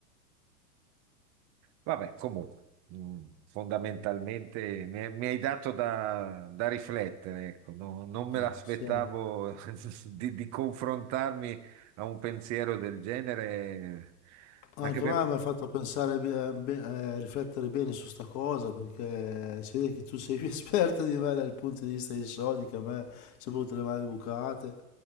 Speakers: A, on the right; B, on the left.
A: Vabbè, comunque, mm, fondamentalmente mi, hai mi hai dato da, da riflettere, ecco. No- non
B: ah,
A: me l'aspettavo
B: sì. eh.
A: <laughs> di, di confrontarmi a un pensiero del genere,
B: Anche
A: anche perché...
B: a me mi hai fatto pensare, be- eh, be- eh, riflettere bene su sta cosa perché si vede che tu sei più <laughs> esperto di me dal punto di vista dei soldi, che a me sono venute le mani bucate